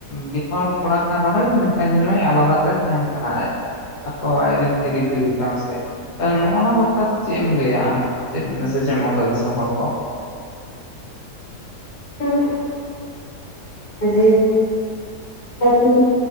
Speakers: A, on the left; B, on the left.
A: ᱢᱤᱫ ᱦᱚᱲ ᱠᱚᱲᱟ ᱠᱟᱱ ᱨᱮᱦᱚᱸ ᱢᱮᱠᱷᱟᱱ ᱧᱮᱞᱢᱮ ᱟᱞᱟᱫᱟ ᱨᱮᱭ ᱛᱟᱦᱮᱱ ᱠᱟᱱᱟ ᱟᱡ ᱟᱠᱚ ᱟᱡ ᱨᱮᱱ ᱛᱤᱨᱤ ᱡᱩᱨᱤ ᱥᱟᱶ ᱛᱮ᱾ ᱠᱟᱨᱚᱱ ᱱᱚᱜᱼ ᱱᱟ ᱵᱟᱠᱷᱨᱟᱛᱮ ᱪᱮᱫ ᱮᱢ ᱞᱟᱹᱭᱟ ᱟᱢ ᱪᱮᱫ ᱢᱮᱥᱮᱡ ᱮᱢ ᱮᱢᱟ ᱠᱚᱣᱟ ᱫᱤᱥᱚᱢ ᱦᱚᱲ ᱠᱚ?
B: <unintelligible> ᱱᱤᱡᱮᱨ <inaudible>